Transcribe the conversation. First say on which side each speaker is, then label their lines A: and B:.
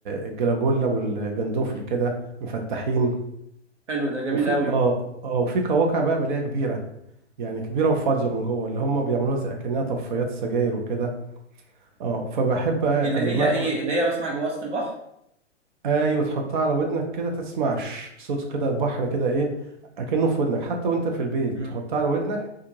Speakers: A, on the right; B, on the right.
A: الجلاجولا والجندوفلي كده مفتحين
B: حلو ده جميل
A: وفي
B: قوي
A: اه اه وفي قواقع بقى بلاقيها كبيره يعني كبيره وفاضيه من جوه اللي هم بيعملوها زي اكنها طفايات سجاير وكده اه فبحب بقى
B: دي اللي
A: المها
B: هي ايه
A: كو...
B: اللي هي بسمع جوا وسط البحر
A: ايوه تحطها على ودنك كده تسمع ش- صوت كده البحر كده ايه اكنه في ودنك حتى وانت في البيت
B: امم
A: تحطها على ودنك